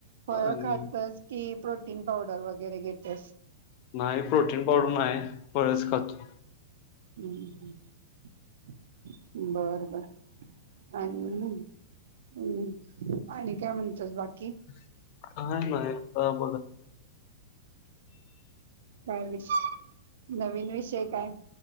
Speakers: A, on the right; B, on the left.
A: फळ
B: आणि
A: खातस की प्रोटीन पावडर वगैरे घेतेस,
B: नाही प्रोटीन पावडर नाही. फळच खातोय
A: हम्म हम् बर बर आणि हम्म आणि काय म्हणतोस बाकी,
B: ह म ह
A: काय नवीन विषय काय?